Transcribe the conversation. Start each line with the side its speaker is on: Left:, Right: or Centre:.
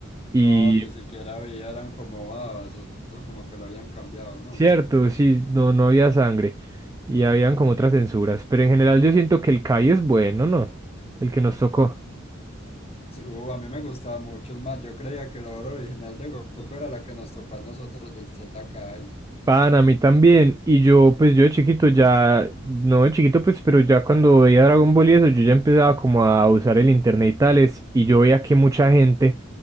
Right: Y
Left: No, ni siquiera había, eran como babas, eso eso como que lo habían cambiado, ¿no?
Right: cierto, sí, no, no había sangre. Y habían como otras censuras. Pero en general yo siento que el Kai es bueno, ¿no? El que nos tocó.
Left: Sí, uh, a mí me gustaba mucho, es más, yo creía que la obra original de Goku era la que nos tocó a nosotros del ZK.
Right: Pan, a mí también. Y yo, pues yo de chiquito ya, no de chiquito, pues, pero ya cuando veía Dragon Ball y eso, yo ya empezaba como a usar el internet y tales, y yo veía que mucha gente